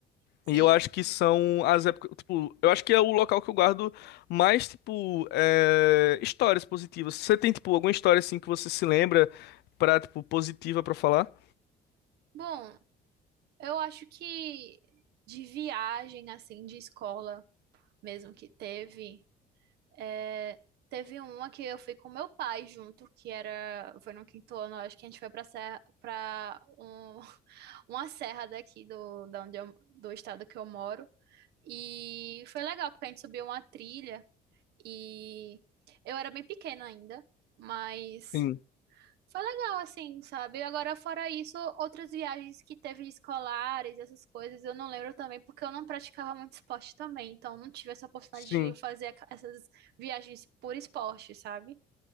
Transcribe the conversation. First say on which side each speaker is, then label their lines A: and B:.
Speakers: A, on the right (about 75°); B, on the left (about 75°).
A: Sim.
B: E eu acho que são as épocas, tipo, eu acho que é o local que eu guardo mais, tipo, é, histórias positivas. Você tem, tipo, alguma história, assim, que você se lembra pra, tipo, positiva pra falar?
A: Bom, eu acho que de viagem, assim, de escola mesmo que teve. É, teve uma que eu fui com meu pai junto, que era, foi no quinto ano, acho que a gente foi pra serra, para um, <laughs> uma serra daqui do, da onde eu, do estado que eu moro. E foi legal, porque a gente subiu uma trilha e eu era bem pequena ainda, mas
B: Sim.
A: foi legal, assim, sabe? Agora, fora isso, outras viagens que teve escolares, essas coisas, eu não lembro também, porque eu não praticava muito esporte também, então não tive essa oportunidade
B: Sim.
A: de fazer aca- essas viagens por esporte, sabe?